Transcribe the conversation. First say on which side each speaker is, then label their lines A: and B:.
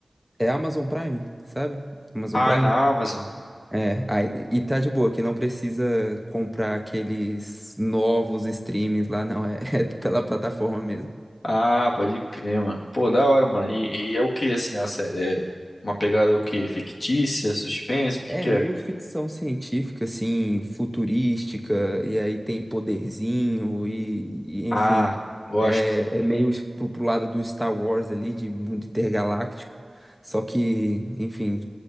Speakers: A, in the centre; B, on the left.
A: É Amazon Prime, sabe? Amazon
B: Ah,
A: Prime?
B: é na Amazon.
A: É, aí, e tá de boa, que não precisa comprar aqueles novos streamings lá, não. É, <laughs> é pela plataforma mesmo.
B: Ah, pode crer, mano. Pô, da hora, mano. E, e é o que, assim, a série? É uma pegada o quê? Fictícia? Suspense? O que
A: É
B: que
A: meio
B: é?
A: ficção científica, assim, futurística, e aí tem poderzinho, e, e, enfim,
B: Ah, gosto.
A: é, é meio pro, pro lado do Star Wars ali, de mundo intergaláctico, só que, enfim,